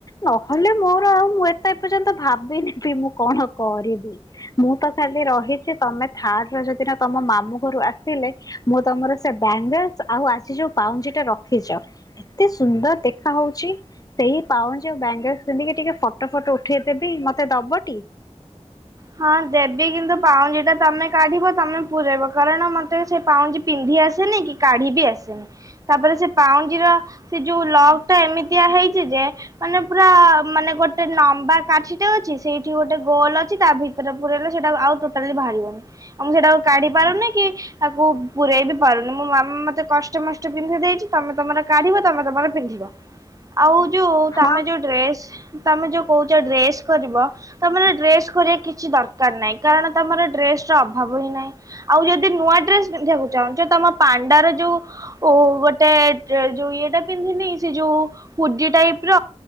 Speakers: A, on the left; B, on the right.
A: ନହେଲେ ମୋର ଆଉ ମୁଁ ଏତ ଏପର୍ଯ୍ୟନ୍ତ ଭାବିନି ମୁଁ କଣ କରିବି ମୁଁ ତ ଖାଲି ରହିଛି। ତମେ ଥାର୍ଡ ର ଯଦି ତମ ମାମୁଁ ଘରୁ ଆସିଲେ ମୁଁ ତମର ସେ ବଙ୍ଗଲସ ଆଉ ଆଜି ଯୋଉ ପାଉଞ୍ଜି ଟା ରଖିଛ ଏତେ ସୁନ୍ଦର ଦେଖା ହଉଛି ସେଇ ପାଉଁଜି ଆଉ ବ୍ୟାଙ୍ଗଲସ ପନ୍ଧିକି ଟିକେ ଫଟୋ ଫଟୋ ଉଠେଇଦବି ମତେ ଦବ?
B: ହଁ ଦେବି କିନ୍ତୁ ପାଉଜି ତମେ କାଢିବ ତମେ ପୁରାଇବ କାରଣ ମତେ ସେ ପାଉଁଜି ପିନ୍ଧି ଆସେନି କି କାଢି ବିି ଆସେନି ତାପରେ ସେ ପାଉଁଜିର ସେ ଯେଉଁ ଲଗଟା ଏମିତିଆ ହେଇଛି ଯେ ମାନେ ପୁରା ମାନେ ଗୋଟେ ଲମ୍ବା କାଠିଟେ ଅଛି ସେଇଠି ଗୋଟେ ଗୋଲ ଅଛି ତା ଭିତରେ <inaudible> ପୁରେଇଲେ ସେଟା ଆଉତୋଟାଳି ବାହାରିବନି ଆ ମୁଁ ସେଇଟାକୁ କାଢି ପାରୁନି କି ତାକୁ ପୁରରେଇ ବି ପାରୁନି ମୋ ମାମା ମତେ କଷ୍ଟମଷ୍ଟ ପିନ୍ଧି ଦେଇଛି ତମେ ତମର କାଢିବ ତମେ ତମର ପିନ୍ଧିବ ଆଉ ଯୋଉଁ ତମେ
A: ହଁ
B: ଯୋଉଁ ଡ୍ରେସ ତମେ ଯୋଉ କହୁଛ ଡ୍ରେସ କରିବ ତମେ ଡ୍ରେସ କରିବା କିଛି କିଛି ଦରକାର ନାହିଁ କାରଣ ତମର ଡ୍ରେସ ର ଅଭାବ ହିଁ ନାହିଁ ଆଉ ଯଦି ନୂଆ ଡ୍ରେସ ପିନ୍ଧିବାକୁ ଚାହୁଁଛ ତମ ପାଣ୍ଡାର ଯୋଉ ଗୋଟେ ଯୋଉ ଇଏଟା ପିନ୍ଧିନି ସେ ଯୋଉ ହୁଜି ଟାଇପ ର